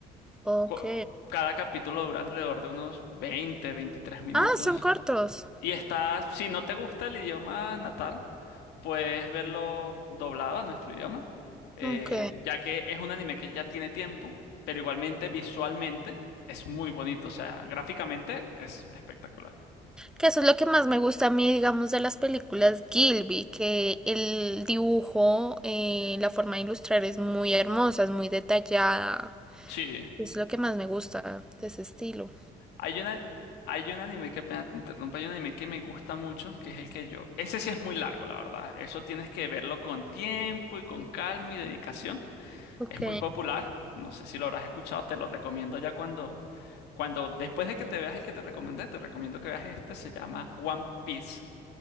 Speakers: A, in the centre; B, on the left.
A: Ok.
B: Co- Cada capítulo dura alrededor de unos 20 23 minutos.
A: Ah, son cortos.
B: Y está, si no te gusta el idioma natal, puedes verlo doblado a nuestro idioma, eh,
A: Ok.
B: ya que es un anime que ya tiene tiempo, pero igualmente visualmente es muy bonito, o sea, gráficamente es espectacular.
A: Que eso es lo que más me gusta a mí, digamos, de las películas Gilby, que el dibujo, eh, la forma de ilustrar es muy hermosa, es muy detallada.
B: Sí.
A: Es lo que más me gusta de ese estilo.
B: Hay una, hay un anime, que pena te interrumpa, hay un anime que me gusta mucho, que es el que yo. Ese sí es muy largo, la verdad. Eso tienes que verlo con tiempo y con calma y dedicación.
A: Ok.
B: Es muy popular. No sé si lo habrás escuchado, te lo recomiendo ya cuando, cuando, después de que te veas el que te recomendé, te recomiendo que veas este, se llama One Piece.